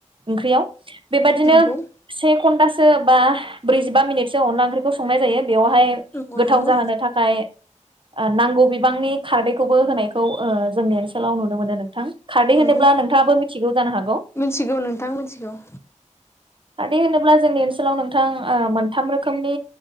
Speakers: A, on the right; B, on the left.
A: ओंख्रियाव बेबायदिनो
B: नंगौ
A: से घण्टासो बा ब्रैजिबा मिनिटसो अनला ओंख्रि खौ संनाय जायो। बेवहाय
B: नंगौ
A: गोथाव
B: नंगौ
A: जाहोनो थाखाय नांगौ बिबांनि खारदैखौबो होनायखौ ओ जोंनि ओनसोलाव नुनो मोनो नोंथां। खारदै
B: नंगौ
A: होनोब्ला नोंथाङाबो मिथिगौ जानो हागौ
B: मिथिगौ नोंथां मिथिगौ।
A: खारदै होनोब्ला जोंनि ओनसोलाव नोंथां ओ मोनथाम रोखोमनि